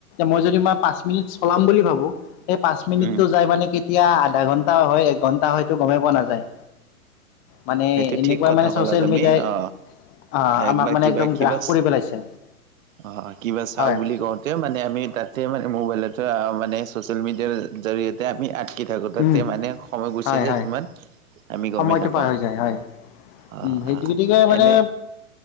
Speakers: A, on the left; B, on the right.
A: মই যদি মই পাঁচ মিনিট চলাম বুলি ভাবো এই পাঁচ মিনিট
B: উম,
A: মানে কেতিয়া আধা ঘন্টা হয় এক ঘন্টা হয় এইটো গমেই পোৱা নাযায় মানে
B: সেইটো
A: এনেকুৱাই
B: ঠিক কথা
A: মানে ছ'চিয়েল
B: কলা তুমি
A: মিডিয়াই
B: অ
A: আহ, আমাক
B: একবাৰ
A: মানে
B: কিবা
A: একদম
B: কিবা
A: গ্ৰাস কৰি পেলাইছে
B: অ কিবা চাও
A: হয়
B: বুলি কওঁতে মানে আমি তাতে মানে মোবাইলতে মানে স'চিয়েল মিডিয়াৰ জৰিয়তে আমি আটকি থাকোঁ তাতে
A: উম,
B: মানে সময় গুচি
A: হয়
B: যায়
A: হয়
B: কিমান আমি
A: সময়টো
B: গমেই নাপাওঁ
A: পাৰ হৈ যায় হয়
B: অ',
A: উ সেইটো
B: অ',
A: গতিকে মানে
B: এনে